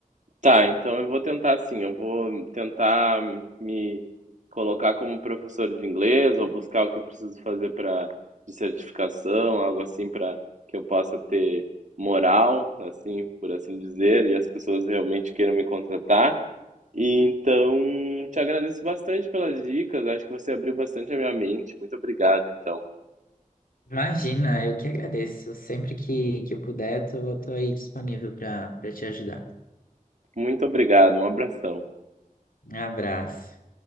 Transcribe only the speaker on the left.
Imagina, eu que agradeço. Sempre que, que eu puder, tô, tô aí disponível para para te ajudar.
Um abraço.